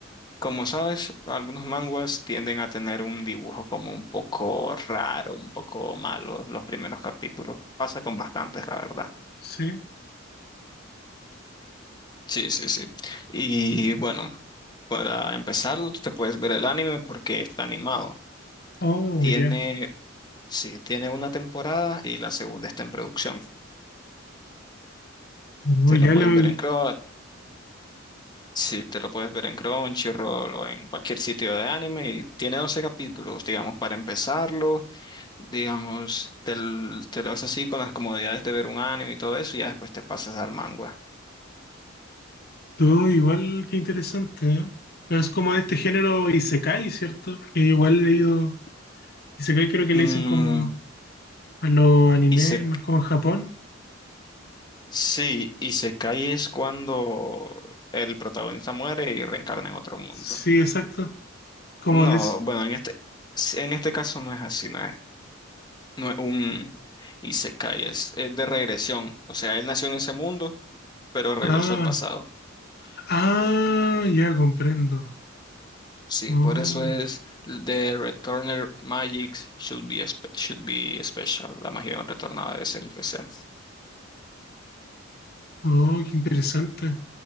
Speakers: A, on the left; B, on the left.
A: Como sabes, algunos manguas tienden a tener un dibujo como un poco raro, un poco malo los primeros capítulos. Pasa con bastantes, la verdad.
B: Sí.
A: Sí, sí, sí. Y bueno, para empezarlo, tú te puedes ver el anime porque está animado.
B: Oh,
A: Tiene,
B: ya.
A: sí, tiene una temporada y la segunda está en producción.
B: Oh,
A: Te lo
B: ya
A: puedes
B: lo,
A: ver en Crunchy, sí, te lo puedes ver en Crunchyroll o en cualquier sitio de anime y tiene 12 capítulos, digamos, para empezarlo. digamos, te, l- te lo haces así con las comodidades de ver un anime y todo eso, y ya después te pasas al manga.
B: Todo igual, qué interesante, ¿eh? Pero Es como de este género Isekai, ¿cierto? Que igual he leído. Isekai creo que
A: Mm,
B: le dicen como a los animes,
A: y se,
B: más como en Japón.
A: sí, y se cae es cuando el protagonista muere y reencarna en otro mundo.
B: Sí, exacto. Como
A: No,
B: de ese.
A: bueno, en este, sí, en este caso no es así, no es, no es un Isekai, es, es de regresión. O sea, él nació en ese mundo, pero regresó
B: Ah,
A: al pasado.
B: ah, ya comprendo.
A: Sí,
B: Oh,
A: por eso es The Returner Magic should be, spe- should be special. La magia de un retornado debe ser especial.
B: oh, qué interesante.